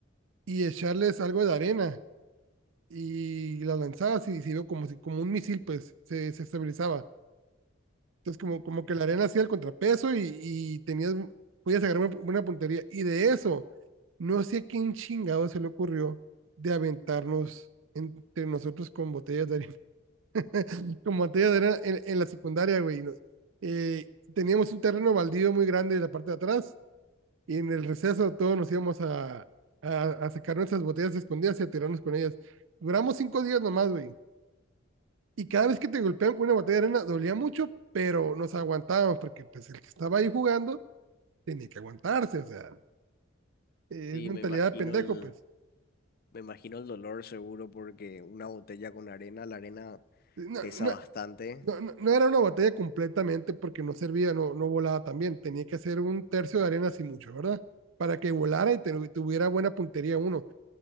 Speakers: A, on the right; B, on the left.
A: y echarles algo de arena y las lanzabas y sirvió como, si- como un misil, pues se, se estabilizaba. Entonces, como, como
B: eh,
A: que la arena hacía el contrapeso y, y tenías, podías agarrar una, una puntería. Y de eso, no sé a quién chingado se le ocurrió de aventarnos entre nosotros con botellas de arena. <laughs> Con botellas de arena en, en la secundaria, güey. Nos- eh, teníamos un terreno baldío muy grande en la parte de atrás y en el receso todos nos íbamos a, a, a sacar nuestras botellas escondidas y a tirarnos con ellas. Duramos cinco días nomás, güey y cada vez que te golpeaban con una botella de arena dolía mucho, pero nos aguantábamos porque pues el que estaba ahí jugando tenía que aguantarse, o sea, es
B: sí,
A: mentalidad
B: me imagino
A: de pendejo,
B: el,
A: pues.
B: me imagino el dolor seguro porque una botella con arena, la arena
A: No,
B: pesa
A: no,
B: bastante,
A: no, no no era una botella completamente porque no servía, no, no volaba también, tenía que hacer un tercio de arena así mucho, ¿verdad? Para que volara y te- tuviera buena puntería uno.